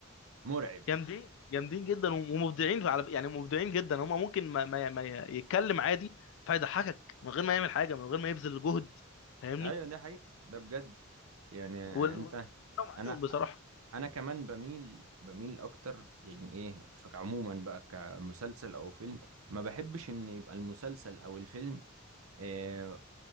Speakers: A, on the right (about 85°); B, on the left (about 65°).
A: مرعب
B: جامدين جامدين جدا ومبدعين على يعني مبدعين جدا هم ممكن ما, ما, ما يتكلم عادي فيضحكك من غير ما يعمل حاجه من غير ما يبذل جهد فاهمني
A: ايوه ده حقيقة ده بجد يعني
B: وال
A: انت
B: وال- واللي معاهم
A: انا
B: بصراحه
A: انا كمان بميل بميل اكتر يعني ايه فعموما بقى كمسلسل او فيلم ما بحبش ان يبقى المسلسل او الفيلم آه